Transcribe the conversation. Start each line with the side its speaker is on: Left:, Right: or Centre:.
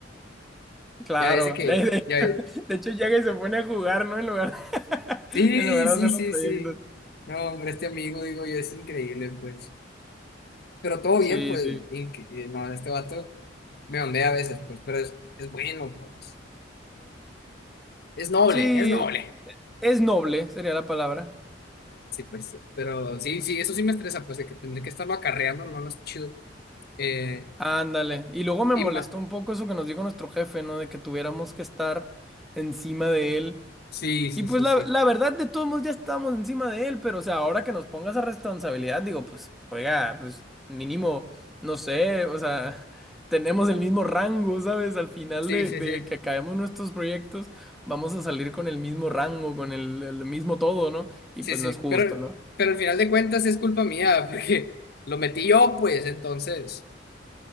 Centre: Claro.
Left: Ya ves de que,
Centre: <laughs> De, de-
Left: ya ve-
Centre: de hecho, llega y se pone a jugar, ¿no? En lugar, <laughs>
Left: Sí,
Centre: en lugar
Left: sí,
Centre: de hacer
Left: sí,
Centre: los proyectos.
Left: sí. No, hombre, este amigo, digo yo, es increíble, pues. Pero todo bien,
Centre: Sí,
Left: pues.
Centre: sí.
Left: inc- eh, No, este vato me ondea a veces, pues, pero es, es bueno, pues. Es noble,
Centre: Sí,
Left: es noble.
Centre: es noble, sería la palabra.
Left: Sí, pues. Pero sí, sí, eso sí me estresa, pues, de que tendré que estarlo acarreando, no, no es chido. Eh,
Centre: Ándale. Y luego me
Left: y
Centre: molestó
Left: más.
Centre: un poco eso que nos dijo nuestro jefe, ¿no? De que tuviéramos que estar encima de él.
Left: Sí, sí,
Centre: Y pues
Left: sí,
Centre: la,
Left: sí.
Centre: la verdad, de todos modos ya estábamos encima de él, pero o sea, ahora que nos ponga esa responsabilidad, digo, pues, oiga, pues mínimo, no sé, o sea, <laughs> tenemos el mismo rango, ¿sabes? Al final
Left: Sí,
Centre: de,
Left: sí,
Centre: de
Left: sí.
Centre: que acabemos nuestros proyectos, vamos a salir con el mismo rango, con el el mismo todo, ¿no? Y
Left: Sí,
Centre: pues
Left: sí,
Centre: no es justo,
Left: pero,
Centre: ¿no?
Left: pero al final de cuentas es culpa mía, <laughs> porque lo metí yo, pues, entonces,